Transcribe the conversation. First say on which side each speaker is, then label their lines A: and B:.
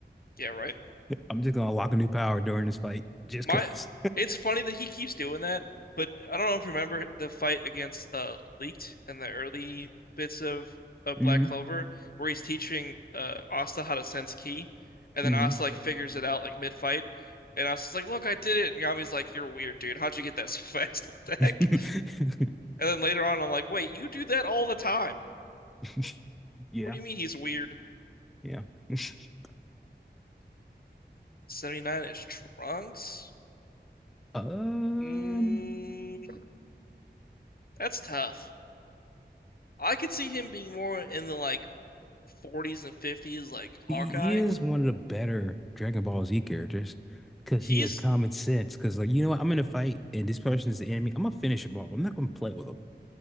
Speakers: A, on the left (about 55°); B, in the centre.
A: Yeah, right.
B: <laughs> I'm just gonna unlock a new power during this fight, just
A: My,
B: because.
A: it's funny that he keeps doing that, but I don't know if you remember the fight against uh Leaked in the early bits of of
B: hmm
A: Black Clover, where he's teaching uh Asta how to sense ki, and
B: hmm
A: then Asta like figures it out like mid fight, and Asta's like, "Look, I did it," and Yami's like, "You're weird, dude. How'd you get that so fast? <laughs> What the
B: <laughs>
A: heck?" And then later on, I'm like, "Wait, you do that all the time?
B: <laughs> Yeah,
A: What do you mean he's weird?"
B: yeah. <laughs>
A: 79 is Trunks?
B: Um,
A: Mm, that's tough. I could see him being more in the like 40s and 50s like Hawkeye.
B: he, he is one of the better Dragon Ball Z characters because
A: He's
B: he has common sense. Because like, you know what, I'm in a fight and this person is the enemy. I'm gonna finish him off. I'm not gonna play with him.